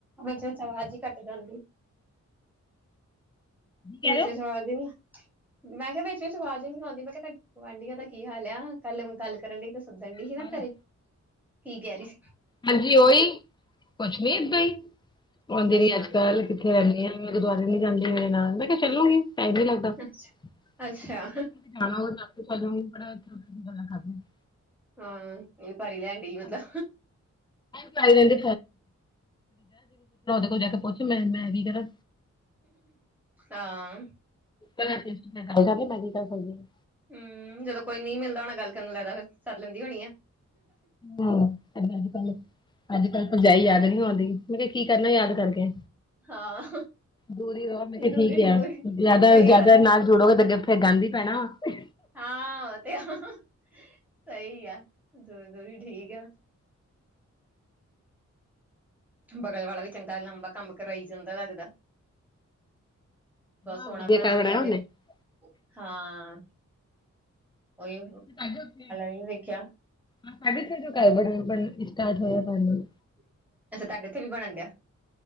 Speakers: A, in the centre; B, on the left (about 15°).
A: ਵਿਚ-ਵਿਚ ਆਵਾਜ਼ ਹੀ ਕੱਟ ਜਾਂਦੀ
B: ਕਹਿ
A: ਵਿਚੋਂ
B: ਰਹੇ
A: ਸਵਾਦ ਦੀ ਨਾ। ਮੈਂ ਕਿਹਾ ਵਿਚ -ਵਿਚ ਆਵਾਜ਼ ਹੀ ਨੀ ਆਉਂਦੀ, ਮੈਂ ਕਿਹਾ ਗੁਆਂਢੀਆਂ ਦਾ ਕੀ ਹਾਲ ਐ, ਕੱਲ ਮੈਂ ਗੱਲ ਕਰਨ ਡਈ। ਸੱਦਣ ਡਈ
B: ਹੋ
A: ਸੀ ਨਾ ਘਰੇ, ਕੀ ਕਹਿ ਰਹੀ ਸੀ।
B: ਹਾਂਜੀ, ਉਹੀ ਕੁਛ ਮੀਤ ਬਈ
A: ਹੂੰ
B: ਆਉਂਦੀ
A: ਅੱਛਾ
B: ਨੀ ਅੱਜ -ਕੱਲ ਕਿੱਥੇ ਰਹਿੰਦੀ ਐਂ, ਮੈਂ ਗੁਰਦੁਆਰੇ ਨੀ ਜਾਂਦੀ ਮੇਰੇ ਨਾਲ, ਮੈਂ ਕਿਹਾ ਚੱਲੂਗੀ। ਟਾਈਮ ਨੀ ਲੱਗਦਾ,
A: ਅੱਛਾ
B: <inaudible>
A: ਅੱਛਾ,
B: ਜਾਣਾ ਸਾਨੂੰ ਬੜਾ <unintelligible>
A: ਹਾਂ, ਇਨਕੁਆਇਰੀ ਲੈਣ
B: <inaudible>
A: ਡਈ ਮਤਲਬ
B: ੜਾ ਉਹਦੇ ਕੋਲ ਜਾ ਕੇ ਪੁੱਛ, ਮੈਂ- ਮੈਂ ਵੀ ਕਰਾਂ
A: ਹਾਂ,
B: ਕੋਈ ਗੱਲ ਨੀ, ਮੈਂ ਨੀ ਕਰ ਸਕਦੀ।
A: ਹੂੰ, ਜਦੋਂ ਕੋਈ ਨੀ ਮਿਲਦਾ ਹੋਣਾ ਗੱਲ ਕਰਨ ਨੂੰ ਲੱਗਦਾ, ਫਿਰ ਸੱਦ ਲੈਂਦੀ ਹੋਣੀ ਐ।
B: ਹੂੰ, ਅੱਜ- ਕੱਲ- ਅੱਜ- ਕੱਲ ਭਰਜਾਈ ਯਾਦ ਨੀ ਹੋ ਮੈਂ ਕਿਹਾ ਕੀ ਕਰਨਾ ਯਾਦ ਕਰਕੇ।
A: ਹਾਂ
B: ਦੂਰੀ ਰਹੋ ਮੈਂ ਕਿਹਾ
A: ਦੂਰੀ
B: ਠੀਕ
A: ਦੂਰ
B: ਆ, ਜਿਆਦਾ-
A: ਸਹੀ
B: ਜਿਆਦਾ
A: ਗੱਲ ਆ
B: ਨਾਲ ਜੋੜੋਗੇ ਗੇ ਤਾਂ ਗਿਫਟ ਫਿਰ ਗੰਦ ਈ ਪੈਣਾ ਵਾ।
A: ਹਾਂ ਉਹ ਤੇ ਸਹੀ ਆ, ਦੂਰੀ- ਦੂਰੀ ਠੀਕ ਐ। ਬਗਲ ਵਾਲਾ ਵੀ ਚੰਗਾ, ਲੰਬਾ ਕੰਮ ਕਰਾਈ ਜਾਂਦਾ ਲੱਗਦਾ। ਬਸ
B: ਹਾਂ
A: ਸੋਹਣਾ
B: ਵਧੀਆ
A: ਬਣਾ
B: ਘਰ
A: ਲਿਆ
B: ਬਣਾਇਆ
A: ਸਾਡੇ,
B: ਉਹਨੇ ਹਾਂ
A: ਹਾਂ। ਉਹੀ
B: ਕੱਲ ਉੱਥੇ
A: ਵੀ ਵੇਖਿਆ
B: ਸਾਢੇ ਛੇ ਸਟਾਰਟ ਹੋਇਆ ਪਇਆ।
A: ਅੱਛਾ, ਤੁਹਾਡੇ ਇੱਥੇ ਵੀ ਬਣਨ ਡਿਆ।